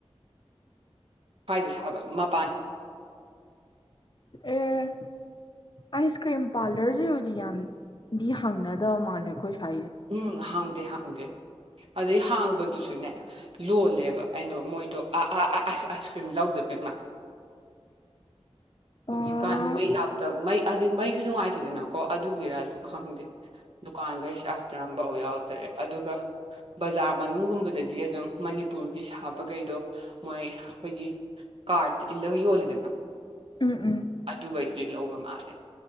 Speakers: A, on the right; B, on the left.
A: ꯈ꯭ꯋꯥꯏꯗ ꯁꯥꯕ ꯃꯄꯥꯟ
B: ꯑꯦ ꯑꯥꯏꯁꯀ꯭ꯔꯤꯝ ꯄꯥꯔꯂꯔꯁꯤꯕꯨꯗꯤ ꯌꯥꯝꯗꯤ ꯍꯥꯡꯅꯗꯕ ꯃꯥꯜꯂꯦ ꯑꯩꯈꯣꯏ ꯁ꯭ꯋꯥꯏꯁꯦ
A: ꯎꯝ ꯍꯥꯡꯗꯦ ꯍꯥꯡꯗꯦ ꯑꯗꯩ ꯍꯥꯡꯕꯗꯨꯁꯨ ꯑꯗꯨꯨꯅꯦ ꯂꯣꯜꯂꯦꯕ ꯑꯗꯣ ꯃꯣꯏꯗꯣ ꯑ ꯑ ꯑꯥꯏꯁꯀ꯭ꯔꯤꯝ ꯂꯧꯗꯕꯃ ꯍꯧꯖꯤꯛꯀꯥꯟ
B: ꯑꯣ
A: ꯃꯩ ꯂꯥꯛꯇꯕ ꯃꯩ ꯑꯩ ꯃꯩꯁꯨ ꯅꯨꯡꯉꯥꯏꯇꯦꯗꯅ ꯀꯣ ꯑꯗꯨꯒꯤꯔꯁꯨ ꯈꯪꯗꯦ ꯀꯥꯟ ꯁꯤ ꯑ ꯌꯥꯎꯗ꯭ꯔꯦ ꯑꯗꯨꯒ ꯕꯖꯥꯔ ꯃꯅꯨꯡꯒꯨꯝꯕꯗꯗꯤ ꯑꯗꯨꯝ ꯃꯅꯤꯄꯨꯔꯒꯤ ꯁꯥꯕꯈꯩꯗꯣ ꯃꯣꯏ ꯑꯩꯈꯣꯏꯒꯤ ꯀꯥꯔꯗ ꯏꯜꯂꯒ ꯌꯣꯜꯂꯤꯗꯅ
B: ꯎꯝ ꯎꯝ
A: ꯑꯗꯨꯩꯗꯨꯗꯤ ꯂꯧꯕꯝ ꯃꯥꯔꯦ